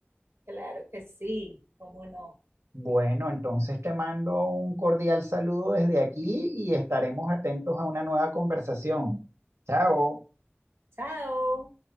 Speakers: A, on the right (about 65°); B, on the right (about 85°).
A: Claro que sí, cómo no.
B: Bueno, entonces te mando un cordial saludo desde aquí y estaremos atentos a una nueva conversación. Chao.
A: Chao.